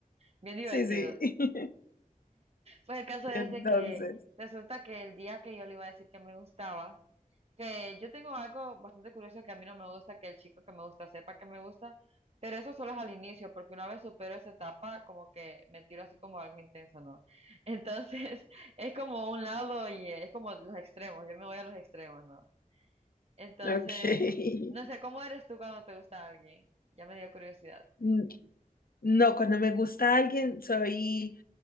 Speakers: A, on the right; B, on the left.
A: Bien divertido.
B: Sí, sí. <laughs>
A: Pues el caso es
B: Entonces,
A: de que resulta que el día que yo le iba a decir que me gustaba, que yo tengo algo bastante curioso que a mí no me gusta, que el chico que me gusta sepa que me gusta, pero eso solo es al inicio, porque una vez supero esa etapa, como que me tiro así como algo intenso, ¿no? Entonces, <laughs> es como un lado y es como los extremos, yo me voy a los extremos, ¿no? Entonces,
B: ok.
A: no sé, ¿cómo eres tú cuando te gusta alguien? Ya me dio curiosidad.
B: N- No, cuando me gusta alguien soy